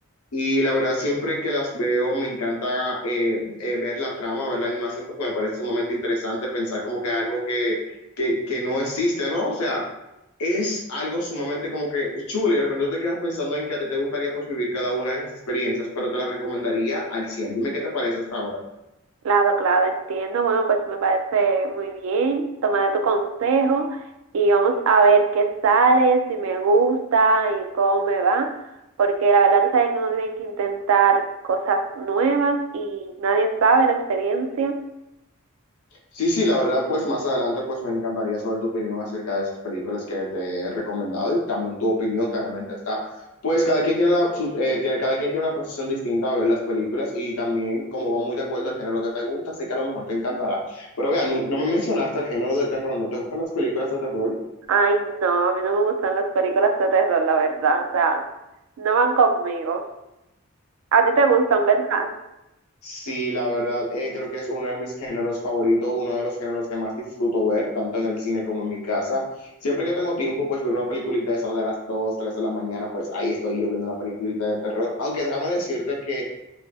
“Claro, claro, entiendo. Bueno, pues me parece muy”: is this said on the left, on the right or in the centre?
Right